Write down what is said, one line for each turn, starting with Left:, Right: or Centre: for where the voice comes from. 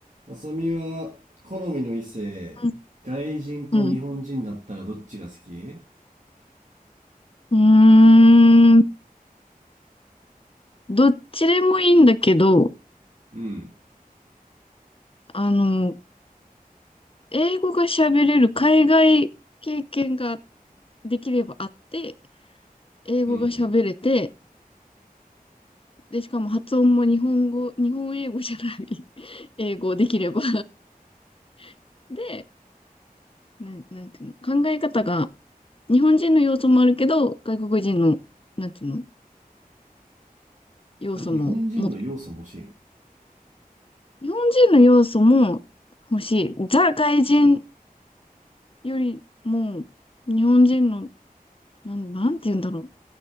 Right: 浅見は好みの異性、
Left: う
Right: 外人と日本人だったらどっちが好き
Left: ん。うんうーん。どっちでもいいんだけど、
Right: うん、
Left: あの、英語が喋れる海外経験ができればあって、英語が喋れて、
Right: うん、
Left: で、しかも発音も日本語、日本英語じゃない <laughs> 英語できれば <laughs> で、なん、なんていうの、考え方が、日本人の要素もあるけど、外国人の、なんていうの、要素も、
Right: あ日本人の要素も欲しいの
Left: も、日本人の要素も欲しい。ザ外人よりも、日本人のなん、なんて言うんだろう。